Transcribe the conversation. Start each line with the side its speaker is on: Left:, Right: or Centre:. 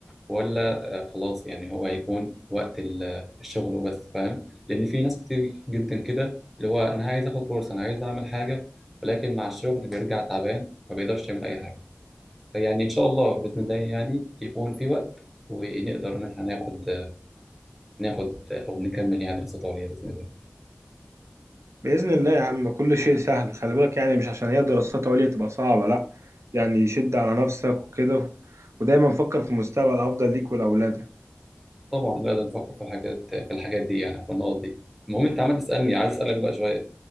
Centre: ولا آه، خلاص يعني هو هيكون وقت ال- الشغل وبس فاهم لان في ناس كتير جدا كده اللي هو انا عايز اخد كورس انا عايز اعمل حاجة ولكن مع الشغل بيرجع تعبان ما بيقدرش يعمل اي حاجة فيعني إن شاء الله بإذن الله يعني يكون في وقت ونقدر إن إحنا ناخد ناخد أو نكمل يعني دراسات عليا بإذن الله
Right: بإذن الله يا عم كل شيء سهل خلي بالك يعني مش عشان هي دراسات عليا تبقى صعبة لأ يعني شد على نفسك وكده ودايما فكر في مستقبل أفضل ليك ولأولادك
Centre: طبعا لا ده نفكر في الحاجات في الحاجات دي يعني في النقط دي المهم أنت عمال تسألني عايز أسألك بقى شوية